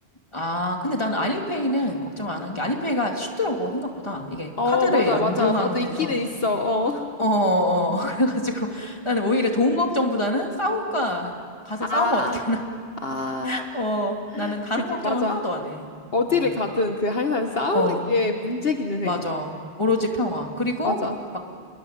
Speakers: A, on the left; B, on the left.
A: 아, 근데 나는 알리페이는 걱정 안 한 게 알리페이가 쉽더라고, 생각보다. 이게
B: 어
A: 카드를
B: 맞아
A: 연동하면
B: 맞아. 나도
A: 돼서.
B: 있기는 있어. 어.
A: 어, 어, <laughs> 어. 그래가지고 나는 오히려 돈 걱정보다는 싸울까. 가서
B: 아.
A: 싸우면 어떻게 하나.
B: 아.
A: <laughs> 어, 나는 다른
B: 그지
A: 걱정은
B: 맞아.
A: 하나도 안 해.
B: 어디를
A: 어.
B: 가든 그 항상 싸우는
A: 어.
B: 게 문제기는
A: 맞아.
B: 해.
A: 오로지 평화. 그리고
B: 맞아.
A: 막